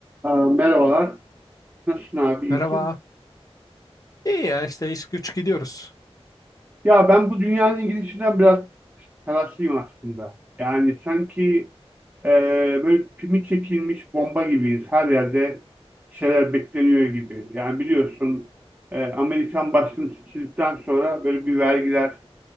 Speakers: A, on the right (about 15°); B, on the left (about 35°).
A: Ee, merhabalar. Nasılsın abi? İyisin?
B: Merhaba. İyi ya işte iş güç gidiyoruz.
A: Ya ben bu dünyanın gidişinden biraz telaşlıyım aslında. Yani sanki e, böyle pimi çekilmiş bomba gibiyiz. Her yerde şeyler bekleniyor gibi. Yani biliyorsun e, Amerikan başkanı seçildikten sonra böyle bir vergiler,